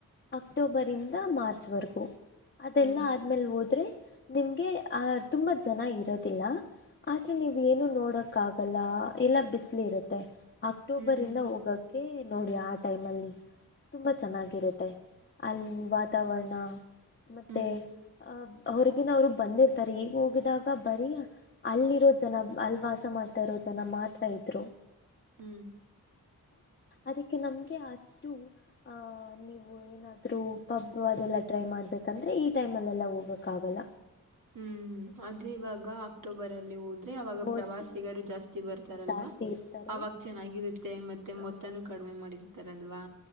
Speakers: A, on the left (about 30°); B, on the right (about 60°).
A: ಅಕ್ಟೋಬರ್
B: ಹ್ಮ್
A: ಇಂದ ಮಾರ್ಚ್ ರ್ಚ್ ವರೆಗೂ ಅದೆಲ್ಲಾ
B: ಹ್ಮ್
A: ಆದ್ಮೇಲ್ ಹೋದ್ರೆ ನಿಮ್ಗೆ ಆಹ ತುಂಬಾ ಜನ ಇರೋದಿಲ್ಲ ಆದ್ರೆ ನೀವ್ ಏನು ನೋಡಕ್ ಕ್ಕಾಗಲ್ಲ ಎಲ್ಲ ಬಿಸ್ಲಿ ಇರುತ್ತೆ ಅಕ್ಟೋಬರ್
B: ಹ್ಮ್
A: ಇಂದ ಹೋಗಕ್ಕೆೆ ನೋಡಿ ಆ ಟೈಮಲ್ಲಿ ತುಂಬ ಚೆನ್ನಾಗಿರುತ್ತೆ ಅಲ್ಲಿ ವಾತಾವರಣ ಮತ್ತೆ
B: ಹ್ಮ್
A: ಅ ಹೊರಗಿನ ಅವ್ರು ಬಂದಿರ್ತಾರೆ ಈಗ ಹೋಗಿದಾಗ ಬರೀ ಅಲ್ಲಿರೋ ಜನ ಅಲ್ಲಿ ವಾಸ ಮಾಡ್ ತಿರೋ ಜನ ಮಾತ್ರ ಇದ್ರು
B: ಹ್ಮ್
A: ಅದಕ್ಕೆ ನಮ್ಗೆ ಅಷ್ಟು ಅಹ ನೀವು ಏನಾದ್ರೂ ಪಬ್ ಅದೆಲ್ಲ ಟ್ರೈ ಮಾಡ್ಬೇಕಂದ್ರೆ ಈ ಟೈಮ್ ಅಲ್ಲೆಲ್ಲ ಹೋಗ್ಕ್ ಆಗಲ್ಲ
B: ಹ್ಮ್ ಅದೆ ಇವಾಗ ಅಕ್ಟೋಬರ್ ಅಲ್ಲಿ ಹೋದ್ರೆ ಅವಾಗ
A: ಹೋದರೆ
B: ಪ್ರವಾಸಿಗ ಜಾಸ್ತಿ ಬರ್ತಾರಲ್ವಾ
A: ಜಾಸ್ತಿ ಇರ್ತಾರೆ
B: ಅವಾಗ ಚೆನ್ನಾಗಿರುತ್ತೆ ಮತ್ತೆ
A: ಆ
B: ಮೊತ್ತನು ಕಡಿಮೆ ಮಾಡಿರ್ತಾರಲ್ ಅಲ್ವಾ